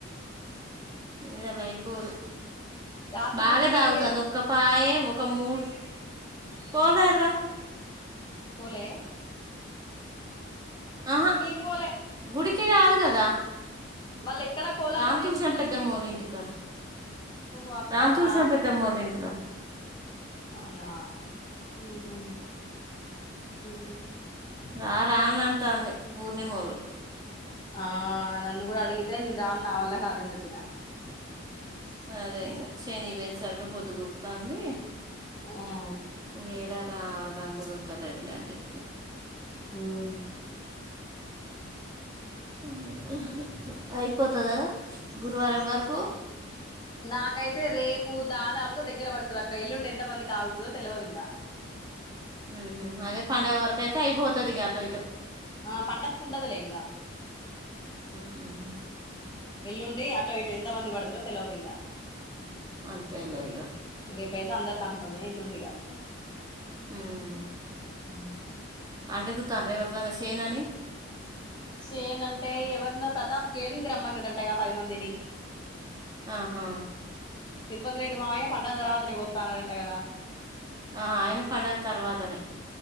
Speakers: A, on the right; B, on the left.
A: ఇయాల అయిపోదు
B: రాత్రి
A: బాగా
B: గుడి దగ్గరికి
A: తాగుతుంది
B: పోయినవా
A: ఒక్క పాయ ఒ ఒక మూడు పోాలేదురా
B: పోలే
A: ఆహా
B: నేను పోలే
A: గుడికి కాదు కదా
B: వాళ్ళు ఎక్కడ కోలాటం
A: రాంతులు
B: నేర్చుకునేది
A: చంపెద్దమ్మ వాళ్ళ ఇంటికాడ
B: ఓహో అక్కన్న
A: రాంతులు చంపెద్దమ్మ వాళ్ళ ఇంట్లో
B: అవునా మ్మ్ హ్హ్ మ్మ్
A: రా రా అని అంటాంది పూర్ణిమోల్లు
B: ఆ నన్ను కూడా అడిగితే నేను రాను నా వల్ల కాదని చెప్పినా
A: సరే ఇగ చేనికి పోయేచ్చేవరకే పొద్దుగుకుతంది
B: మ్మ్ హ్
A: ఏడరా నాకు కుదుర్తలేదు లేదులే అని చెప్పినా
B: హ్మ్మ్
A: హా హ్ అయిపోతదా గురువారం వరకు
B: నాకైతే రేపు దాదాపుగా దగ్గర పడుతది అక్క ఎల్లుండి ఎంత మందికి ఆగుతదో తెలివదు ఇంగ
A: మ్మ్ హ్హ్ అదే పండుగ వరకైయితే అయిపోతది ఇగ అటో ఇటో
B: ఆ పండక్కీ వుండదులే ఇంగ
A: మ్మ్
B: ఎల్లుండి అటో ఇటో ఎంత మంది పడుతరో తెలివదు ఇంగా
A: అంతేలే ఇగ
B: ఇప్పుడైతే అందరు కన్ఫర్మ్ ఎల్లుండి ఇగా
A: మ్మ్
B: మ్మ్
A: అడుగుతాన్ర ఎవరిదన్నా చేను అని
B: చేను అంటే ఎవరినో ప్రతాప్ గేడింగ్ రమ్మన్నాడంటగా పది మందిని
A: ఆహా
B: తిరుపతి రెడ్డి మామయ్య పండుగ తర్వాత నే కోస్తా అన్నాడంట కదా
A: ఆ ఆయన పండుగ తర్వాతనే